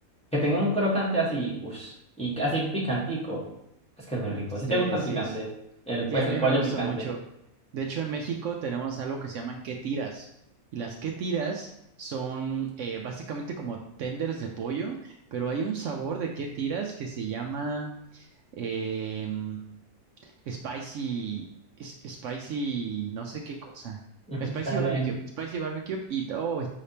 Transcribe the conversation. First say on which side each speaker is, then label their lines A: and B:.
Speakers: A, in the centre; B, on the right.
A: que tenga un crocante así, uff, y así picantico. Es que es muy rico.
B: Sí,
A: Si te gusta el
B: sí.
A: picante, el,
B: Sí,
A: pues
B: a
A: el
B: mí
A: pollo
B: me gusta
A: picante.
B: mucho. De hecho, en México tenemos algo que se llaman ¿qué tiras? Y las ¿qué tiras? son eh, básicamente como tenders de pollo, pero hay un sabor de ¿qué tiras? que se llama... em, Spicy, es- spicy, no sé qué cosa.
A: Ujú,
B: Spicy
A: Dale.
B: barbecue, spicy barbecue y ¡ay!